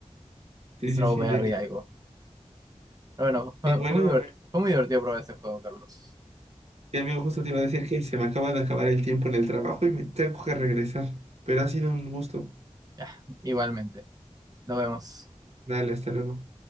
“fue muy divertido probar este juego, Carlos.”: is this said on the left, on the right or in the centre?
Right